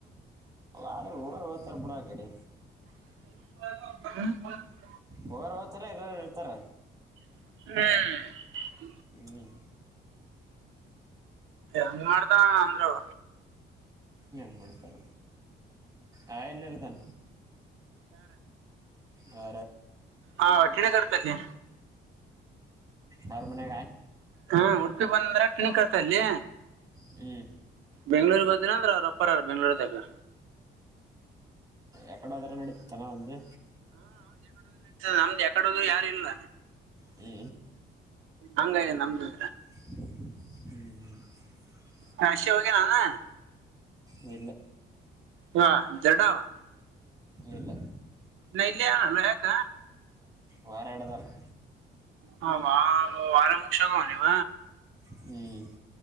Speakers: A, on the right; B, on the right.
A: ಆದ್ರ ಹೋಗರು ಓದ್ತಾರೆ ಬಿುಡ ಕಡೆ
B: ಹ್ಮ
A: ಹೋಗಾರ ಹೋಗ್ತಾರ ಇರಾರ ಇರ್ತಾರ
B: ಹ್ಮ್
A: ಹ್ಮ್
B: ಹಂಗ ಮಾಡತ ಅಂದ್ರವ
A: ನ್ ಮಾಡಣತರ ಆ ಎನ್ನರೆತಾನ ಆ
B: ಹಾ ವಠಿಣೆ ಕರ್ತಲ್ಲಿ
A: ಯ ಮ ಕ
B: ಹಾ ಉಡುಪಿ ಬಂದ್ರ ಕಿಣಿ ಕಡ್ತ ಅಲ್ಲಿ
A: ಹ್ಞೂ
B: ಬೆಂಗಳೂರ್ ಬದ್ರ ಅಂದ್ರ ಅವ್ರಪ್ಪರಾರ ಬೆಂಗ್ಳೂರ್ದಾಗ
A: ಎಕಡ ಹದಾರ ನಡಿ ಚೆನ್ನವುಂದು
B: ನಮ್ದು ಯಕಡದು ಯಾರು ಇಲ್ಲ
A: ಹ್ಞೂ
B: ಹಂಗ ನಮ್ದು
A: ಹ್ಮ
B: ಹಾಸಿ ವೋಗ ನ
A: ಇ
B: ಹಾ ದಡವಾ
A: ಇಲ್ಲ
B: ನ ಲಯನಲ್ಲಯಕ
A: ವಾರಾಡ್ದಾರೆ
B: ಹ ವಾರ ಮುಕ್ ಶಕ ನೀವ
A: ಹ್ಮ್